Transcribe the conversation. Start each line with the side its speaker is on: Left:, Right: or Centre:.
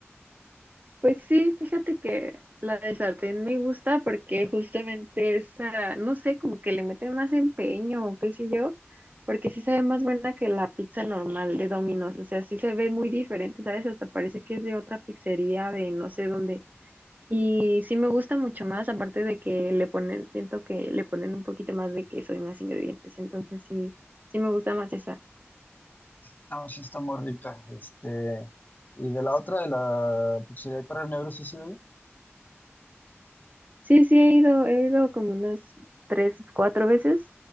Right: Pues sí, fíjate que la de sartén me gusta porque justamente esa, no sé, como que le mete más empeño o qué sé yo, porque sí se ve más buena que la pizza normal de Domino's, o sea, sí se ve muy diferente, ¿sabes? Hasta parece que es de otra pizzería de no sé dónde. Y sí me gusta mucho más, aparte de que le ponen, siento que le ponen un poquito más de queso y más ingredientes, entonces sí, sí me gusta más esa.
Left: Estamos, sí está muy rica, este, y de la otra, de la pizzería del perro negro, sí, sí,
Right: Sí, sí, he ido, he ido como unas tres, cuatro veces